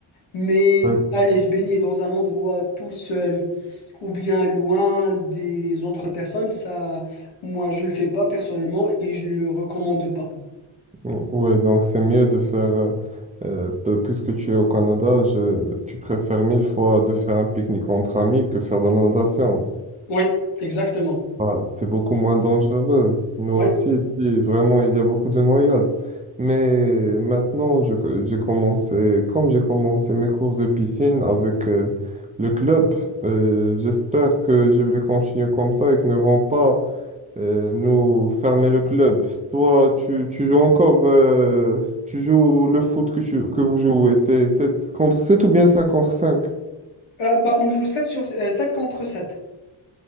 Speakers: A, on the left (about 80°); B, on the right (about 15°).
A: Mais
B: Ouais,
A: aller se baigner dans un endroit tout seul ou bien loin des autres personnes, ça, moi, je le fais pas personnellement et je le recommande pas.
B: Ouais, donc c'est mieux de faire, euh, euh, peu- puisque tu es au Canada, je, tu préfères mille fois de faire un pique-nique entre amis que faire de la natation.
A: Oui, exactement.
B: Ah, c'est beaucoup moins dangereux. Nous aussi,
A: Oui.
B: ici, vraiment, il y a beaucoup de noyades. Mais maintenant, je co- j'ai commencé, comme j'ai commencé mes cours de piscine avec euh, le club, euh, j'espère que je vais continuer comme ça et qu'ils ne vont pas euh, nous fermer le club. Toi, tu, tu joues encore, euh, tu joues le foot que, tu- que vous jouez, c'est 7 contre 7 ou bien cinq contre cinq
A: Euh, bah, on joue sept sur, euh, 7 contre sept